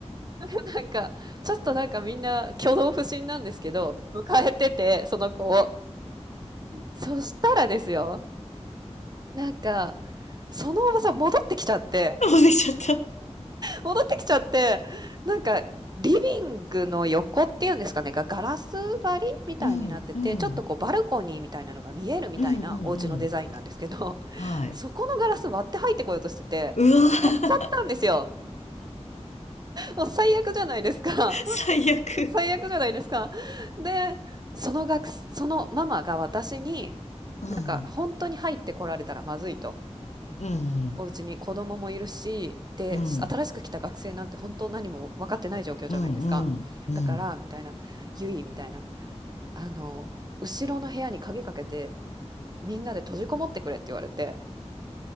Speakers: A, on the right; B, on the left.
A: <laughs> なんか、ちょっとなんかみんな挙動不審なんですけど、迎えてて、その子を。そしたらですよ、なんか、そのおばさん戻ってきちゃって、
B: もう出ちゃった。
A: 戻ってきちゃって、なんか、リビングの横っていうんですかね、がガラス張りみたいになってて、
B: うん、うん。
A: ちょっとこうバルコニーみたいなのが見えるみたいなお家のデザインなんですけど、
B: うん、うん、うん。
A: <laughs>
B: はい。
A: そこのガラス割って入ってこようとしてて、
B: うわー。
A: 割っちゃったんですよ。もう最悪じゃないですか。
B: <laughs> 最悪。
A: <laughs> 最悪じゃないですか。で、その学生、そのママが私に、
B: うん、
A: なんか本当に入ってこられたらまずいと。
B: うん、うん。
A: お家に子供もいるし、で、
B: うん、
A: 新しく来た学生なんて本当何も分かってない状況じゃないですか。
B: うんうん、うん。
A: だから、みたいな、ゆい、みたいな、あの、後ろの部屋に鍵かけて、みんなで閉じこもってくれって言われて、